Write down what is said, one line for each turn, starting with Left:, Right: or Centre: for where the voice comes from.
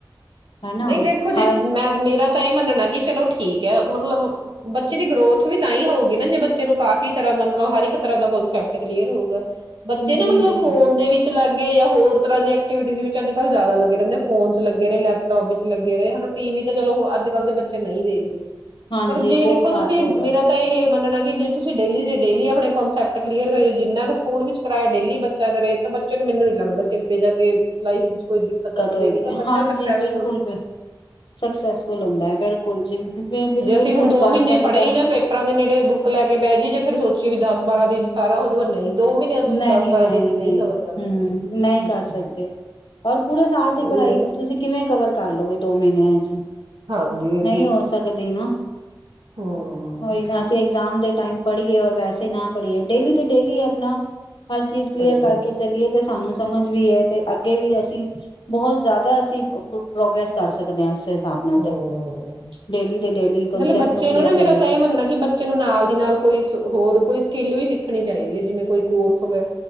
Left: ਹੈ ਨਾ
Right: ਨਹੀਂ ਦੇਖੋ ਜੀ
Left: ਹਰ
Right: ਮੈਂ ਮੇਰਾ ਤਾਂ ਇਹ ਮੰਨਣਾ ਕਿ ਚਲੋ ਠੀਕ ਹੈ ਮਤਲਬ ਬੱਚੇ ਦੀ ਗਰੋਥ ਵੀ ਤਾਂ ਹੀ ਹੋਊਗੀ ਨਾ ਜੇ ਬੱਚੇ ਨੂੰ ਕਾਫੀ ਤਰ੍ਹਾਂ ਦਾ ਮਤਲਬ ਹਰ ਇੱਕ ਤਰ੍ਹਾਂ ਦਾ ਕੋਂਸੈਪਟ ਕਲੀਅਰ ਹੋਊਗਾ। ਬੱਚੇ ਨਾ
Left: ਜੀ
Right: ਮਤਲਬ
Left: ਜੀ
Right: ਫੋਨ ਦੇ ਵਿੱਚ ਚ ਲੱਗੇਏ ਜਾਂ ਹੋਰ੍ਹਾਂ ਦੀਆਂ ਐਕਟੀਵਿਟੀਜ਼ ਵਿੱਚ ਅੱਜ ਕੱਲ੍ਹ ਜ਼ਿਆ ਲੱਗੇ ਰਹਿੰਦੇ ਫੋਨ ਚ ਲੱਗੇ ਰਹੇ ਟੋਪ ਚ ਲੱਗੇ ਰਹੇ ਹਨ ਟੀ ਵੀ ਤੇ ਚਲੋ ਅੱਜ ਕੱਲ੍ਹ ਦੇ ਬੱਚੇ ਨਹੀਂ ਦੇਖਦੇ।
Left: ਹਾਂਜੀ
Right: ਪਰ ਜੇ
Left: ਬਹੁਤ
Right: ਦੇਖੋ ਤੁਸੀਂ
Left: ਘੱਟ ਹੋ ਗਿਆ
Right: ਮੇਰਾ ਤਾਂ ਇਹ ਮੰਨਣਾ ਜੇ ਤੁਸੀਂ ਡੇਲੀ ਡੇਲੀ ਆਪਣੇ ਕੋਂਸੈਪਟ ਕਲੀਅਰ ਕਰੀਓ ਜਿੰਨਾ ਕੁ ਸਕੂਲ ਵਿੱਚ ਕਰਇਆ ਡੇਲੀ ਬੱਚਾ ਕਰੇ ਤਾਂ ਬੱਚੇ ਨੂੰ ਮੈਨੂੰ ਨੀ ਲੱਗਦਾ ਕਿ ਅੱਗੇ ਜਾ ਕੇ ਲਾਈਫ ਵਿੱਚ ਕੋਈ ਦਿੱਕਤ ਆਉਂਦੀ
Left: ਹੋਏਗੀ
Right: ਹੈ ਮਤਲਬ ਬੱਚਾ
Left: ਹਾਂਜੀ
Right: ਸਕਸੈਸ
Left: ਬਿਲਕੁਲ ਸਕਸੈਸਫੁਲ ਹੁੰਦਾ ਹੈ ਬਿਲਕੁਲ ਜੀ ਬਿਲਕੁਲ
Right: ਜੇ ਅਸੀਂ
Left: ਕੁਛ
Right: ਹੁਣ ਦੋ
Left: ਬਣ
Right: ਮਹੀਨੇ
Left: ਸਕਦਾ
Right: ਪੜੇ ਹੀ ਨਾ ਪੇਪਰਾਂ ਦੇ ਨੇੜੇ ਬੁੱਕ ਲੈ ਕੇ ਬਹਿ ਜਈਏ ਜੇ ਫਿਰ ਸੋਚੀਏ ਵੀ ਦਸ ਬਾਰਾਂ ਦਿਨ ਚ ਸਾਰਾ ਹੋਜੂ ਨਹੀਂ। ਦੋ ਮਹੀਨੇ ਦਾ ਤੁਸੀਂ
Left: ਨਹੀਂ
Right: ਦਸ ਬਾਰਾਂ
Left: ਨਹੀਂ
Right: ਦਿਨ ਚ
Left: ਨਹੀਂ
Right: ਕਵਰ ਕਰ ਸਕਦੇ
Left: ਹੂੰ ਨਹੀਂ
Right: ਹਮ
Left: ਕਰ ਸਕਦੇ ਔਰ ਪੂਰੇ ਸਾਲ ਦੀ
Right: ਉਹੀ
Left: ਪੜ੍ਹਾਈ
Right: ਹੈ ਨਾ
Left: ਤੁਸੀਂ ਕਿਵੇਂ? ਕਰਲਓਗੇ ਦੋ ਮਹੀਨਿਆਂ ਚ
Right: ਹਾਂਜੀ ਇਹ
Left: ਨਹੀਂ
Right: ਵੀ
Left: ਹੋ ਸਕਦੀ ਨਾ।
Right: ਹਮ
Left: ਹੋਈ ਨਾ ਅਸੀਂ ਇਗਜ਼ਾਮ ਦੇ ਟਾਈਮ ਪੜ੍ਹੀਏ ਔਰ ਵੈਸੇ ਨਾ ਪੜ੍ਹੀਏ ਡੇਲੀ ਦੇ ਡੇਲੀ ਆਪਣਾ ਹਰ ਚੀਜ਼ ਕਲੀਅਰ
Right: ਸਹੀ
Left: ਕਰਕੇ
Right: ਗੱਲ
Left: ਚਲੀਏ ਸਾਨੂੰ ਸਮਝ ਵੀ ਹੈ ਤੇ ਅੱਗੇ ਵੀ ਅਸੀਂ ਬਹੁਤ ਜ਼ਿਆਦਾ ਅਸੀਂ ਪ੍ਰੋਗਰੈਸ ਕਰ ਸਕਦੇ ਹਾਂ ਉਸ ਹਿਸਾਬ ਨਾਲ
Right: ਹੂੰ
Left: ਤੇ ਡੇਲੀ ਦੇ ਡੇਲੀ ਕੰਸੈਪਟ
Right: ਮਤਲਬ ਬੱਚੇ
Left: ਕਲੀਅਰ
Right: ਨੂੰ ਨਾ ਮੇਰਾ
Left: ਕਰੀਏ
Right: ਤਾਂ
Left: ਤੇ
Right: ਇਹ ਮੰਨਣਾ ਕਿ ਬੱਚੇ ਨੂੰ ਨਾਲ ਦੀ ਨਾਲ ਕੋਈ ਹੋਰ ਕੋਈ ਸਕਿੱਲ ਵੀ ਸਿੱਖਣੀ ਚਾਹੀਦੀ ਹੈ ਜਿਵੇਂ ਕੋਈ ਕੋਰਸ ਹੋ ਗਿਆ,